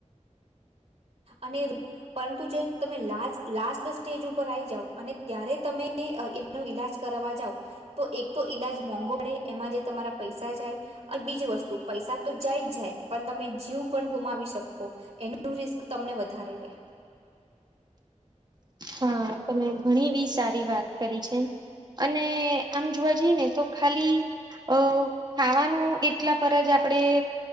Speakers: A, on the right; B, on the right.
A: અને રૂ પરંતુ જો તમે લાસ્ટ સ્ટેજ ઉપર આવી જાવ અને ત્યારે તમે એનું ઈલાજ કરવા જાવ તો એક તો ઈલાજ મોંઘો પડે એમાં જે તમારા પૈસા જાય અને બીજી વસ્તુ પૈસા તો જાય જ જાય પણ તમે જીવ પણ ગુમાવી શકો એનું રિસ્ક તમને વધારે રેય
B: હા તમે ઘણી એવી સારી વાત કરી છે અને આમજો જી જઈને તો ખાલી, અ ખાવાનું એટલા પર જ આપડે,